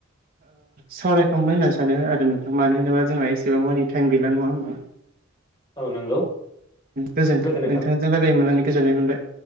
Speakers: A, on the right; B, on the left.
A: सावरायखांबाय होननानै सानो आरो नोंथाङा मानो होनोबा जोंहा एसेबां मानि टाइम गैला नङा होमा
B: औ नंगौ
A: गोजोन्थों
B: गोजोन
A: नोंथांजों रायलाय मोननानै गोजोननाय मोनबाय